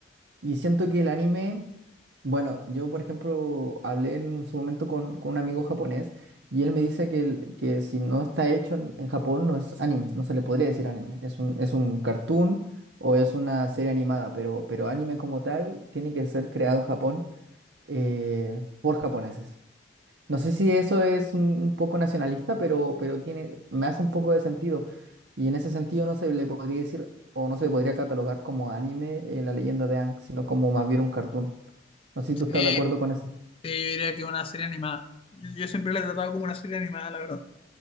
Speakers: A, on the right; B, on the left.
A: Y siento que el anime, bueno, yo por ejemplo hablé en su momento con, con un amigo japonés y él me dice que, el- que si no está hecho en, en Japón no es anime, no se le podría decir anime, es un, es un cartoon o es una serie animada, pero, pero anime como tal tiene que ser creado en Japón eh, por japoneses. No sé si eso es un, un poco nacionalista, pero, pero tiene, me hace un poco de sentido. Y en ese sentido no se le podría decir, o no se podría catalogar como anime eh, la leyenda de Aang, sino como más bien un cartoon. No sé si tú estás
B: Sí,
A: de acuerdo
B: sí,
A: con eso.
B: yo diría que una serie animada. Yo, yo siempre la he tratado como una serie animada, la verdad.